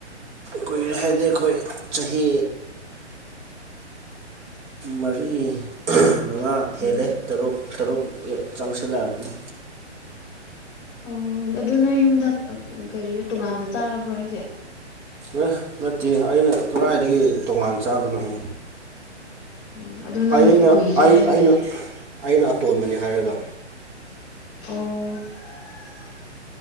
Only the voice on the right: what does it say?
ꯀꯨꯣꯏꯔꯦ ꯍꯥꯏꯗꯤ ꯑꯩꯈꯣꯏ ꯆꯍꯤ ꯃꯔꯤ ꯃꯉꯥ ꯍꯦꯜꯂꯦ
ꯇꯔꯨꯛ ꯇꯔꯨꯛ ꯆꯪꯁꯤꯜꯂꯛ ꯑꯕꯅꯤ
ꯑꯦꯁ ꯅꯠꯇꯦ ꯑꯩꯅ ꯀꯗꯥꯏꯗꯒꯤ ꯇꯣꯉꯥꯟ ꯆꯥꯕꯅꯣꯍꯦ
ꯑꯩꯅ
ꯑꯩ
ꯑꯩꯅ ꯑꯩꯅ ꯑꯇꯣꯟꯕꯅꯤ ꯍꯥꯏꯔꯒ